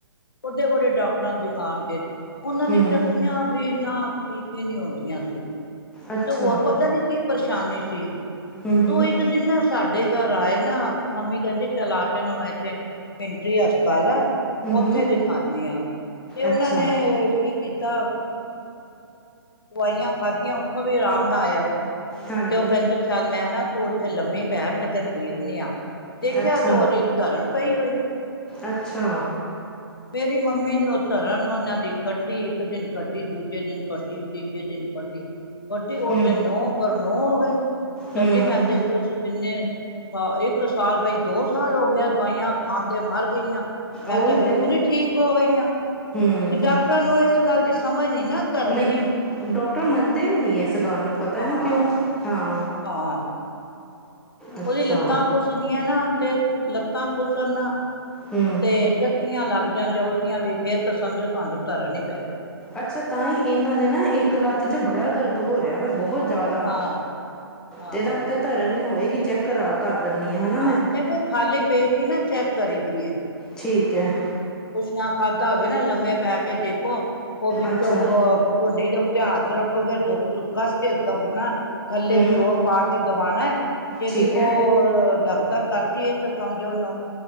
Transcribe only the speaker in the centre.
ਹੂੰ
ਅੱਛਾ
ਹੂੰ ਹੂੰ
ਹੂੰ
ਹੂੰ
ਅੱਛਾ
ਹਾਂਜੀ
ਅੱਛਾ
ਅੱਛਾ
ਹਮ
ਹਮ
ਉਹੀ
ਤੇ
ਹਮ
ਨਹੀਂ
ਡਾਕਟਰ ਮੰਨਦੇ ਵੀ ਨਹੀਂ ਇਸ ਗੱਲ ਨੂੰ। ਪਤਾ
ਨੀ ਕਿਉਂ, ਹਾਂ।
ਅੱਛਾ
ਹਮ
ਅੱਛਾ, ਤਾਂ ਈ ਇਨਾਂ ਦੇ ਨਾ ਇੱਕ ਲੱਤ ਚ ਬੜਾ ਦਰਦ ਹੋ ਰੇਆ ਵੇ ਬਹੋ ਬਹੁਤ ਜ਼ਿਆਦਾ
ਤੇ ਇਹਦਾ ਮਤਲਬ ਧਰਨ ਹੀ ਹੋਏ ਕੀ ਚੈੱਕ ਕਰਾ ਕਰ। ਦਿੰਦੀ ਹੈ ਨਾ
ਮੈਂ
ਠੀਕ ਹੈ।
ਅੱਛਾ
ਹਮ
ਠੀਕ ਹੈ